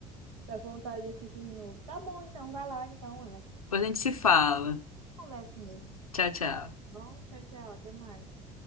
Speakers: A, on the right (about 75°); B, on the left (about 80°).
A: Tá com vontade de assistir de novo. Tá bom, então, vai lá, então, Ana.
B: <laughs> Depois a gente se fala.
A: A gente conversa mesmo.
B: Tchau, tchau.
A: Bom, tchau, tchau, até mais.